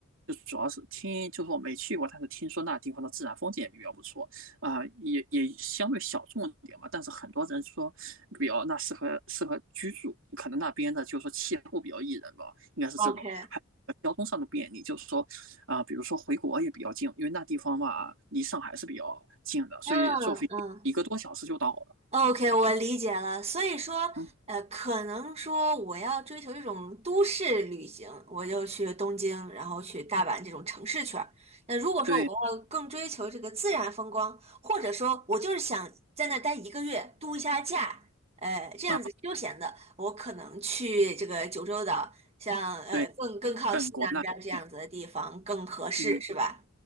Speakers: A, on the right; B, on the right.
A: 就主要是听，就是我没去过，但是听说那地方的自然风景也比较不错啊、也也相对小众一点吧。但是很多人说比较那适合适合居住，可能那边的就是说气候比较宜人吧，应该是这种。
B: ，OK，
A: 还交通上的便利，就是说啊，比如说回国也比较近，因为那地方嘛离上海是比较近的，所以坐飞机一个多小时就到了。
B: 嗯嗯。OK，我理解了。所以说，
A: 嗯，
B: 呃，可能说我要追求这种都市旅行，我就去东京，然后去大阪这种城市圈儿。那如果说我要更追求这个自然风光，
A: 对，
B: 或者说我就是想在那儿待一个月，度一下假，呃，这样子休闲的，
A: 嗯，
B: 我可能去这个九州岛，像呃更更靠西南边儿这样子的地方更合适，
A: 对，本国那边，嗯。
B: 是吧？